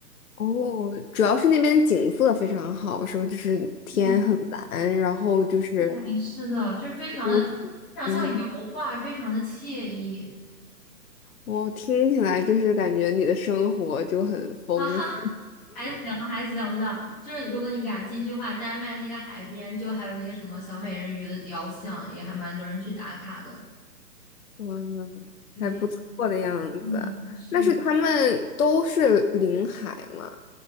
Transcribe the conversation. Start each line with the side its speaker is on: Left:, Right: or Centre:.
Left: 哦，主要是那边景色非常好，是吧？就是天很蓝，
Centre: 嗯。
Left: 然后就是。
Centre: 嗯，是的，就是非常的，
Left: 都是，
Centre: 非常像油画，
Left: 嗯哼，
Centre: 非常的惬意，
Left: 我听起来就是感觉你的生活就很丰富，
Centre: <laughs> 哈哈，还行还行的。就是如果你感兴趣的话，丹麦那个海边就还有那个什么小美人鱼的雕像，也还蛮多人去打卡的。
Left: 哇，
Centre: 对，
Left: 还不错的样子。
Centre: 嗯，是的
Left: 那是他们都是临海吗？